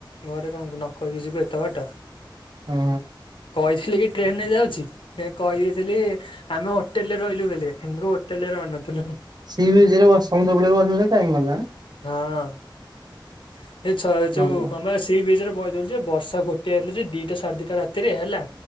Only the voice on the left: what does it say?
ଘରେ କଣ ନ କହିକି ଯିବି ଏତେ ବାଟ।
କହିଥିଲି କି ଟ୍ରେନରେ ଯାଉଛି। ସେ କହିଥିଲି ଆମେ ହୋଟେଲ ରେ ରହିଲୁ ବୋଲି କିନ୍ତୁ ହୋଟେଲ ରେ ରହିନଥିଲୁ।
ହଁ ସେଛଇ ଯୋଉ
କ ସି ବିଚରେ ବଇଥିଲୁ ଯେ ବର୍ଷା ଗୋଟିଏ ହେଲେ ଯେ ଦିଟା ସାଢେ ଦିଟା ରାତିରେ ହେଲା